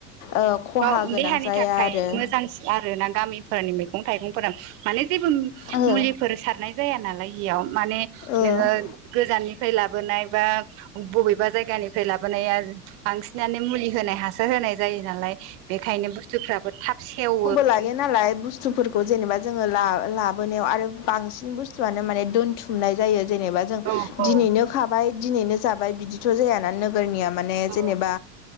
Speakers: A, on the left; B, on the right.
A: ओ खहा
B: गाव
A: गोनां
B: देहानि
A: जाया
B: थाखाय
A: आरो
B: मोजांसिन आरोना गामिफोरनि मैगं थाइगंफोरा माने जेबो
A: ओ
B: मुलिफोर सारनाय जाया नालाय बेयाव माने
A: ओ
B: नोङो गोजाननिफ्राय लाबोनाय बा बबेबा जायगानिफ्राय लाबोनाया बांसिनानो मुलि होनाय हासार होनाय जायो नाला नालाय बेखायनो बुस्थुफ्राबो थाब सेव
A: बो लायो नालाय बुस्थुफोरखौ जेनेबा जोङो ला लाब बोनायाव आरो बांसिन बुस्थुआनो माने दोनथुमनाय जायो जेनेबा जों
B: औ औ
A: दिनैनो खाबाय दिनैनो जाबाय बिदिथ' जायाना नोगोरनिया माने
B: औ
A: जेनेबा